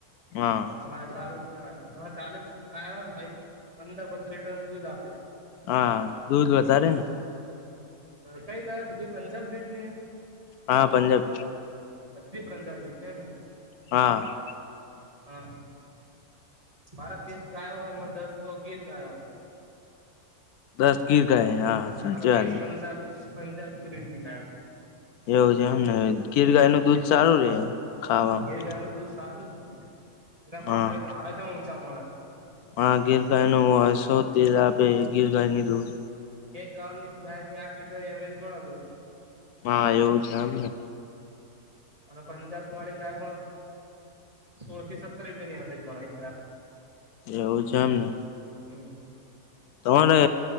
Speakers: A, on the left; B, on the right.
A: હા.
B: તમારે સારું જ કેવાય. તમારે ચાલે જ કય ને ભાઈ પંદર પંદર લીટર દૂધ આપે.
A: હા દૂધ વધારે ને.
B: કઈ ગાય બધી પંજાબ બ્રિડની.
A: હા પંજાબ.
B: બત્રી પંજાબી છે.
A: હા.
B: હા. મારા તસ ગાયો હોય એમાં દસ તો ગીર ગાયો.
A: દસગીર ગા હા સાચી
B: અને વીસ
A: વાત.
B: પંજાબ પંજાબ પુલીસ તા.
A: એવું છે એમ ને. ગીર ગાય નું દૂધ સારું રે. ખાવામાં
B: બે ગાય નું દૂધ સારું. એના ભાવને
A: હા.
B: ભાવે તો ઊંચા મળે.
A: હા ગીર ગાય નું હોય શો તે આપે ગીર ગાય નીધુંર.
B: એક ગાઉની ગાય ની આઠ લીટર એવરેજ મળતું.
A: હા એવું જમ ને.
B: અને પંજાબ વાળી ગાયમાં સોળ થી સત્તર રીપિયાની એવરેજ ગાયમાં.
A: એવું છેમ ને.
B: હમ.
A: તમારે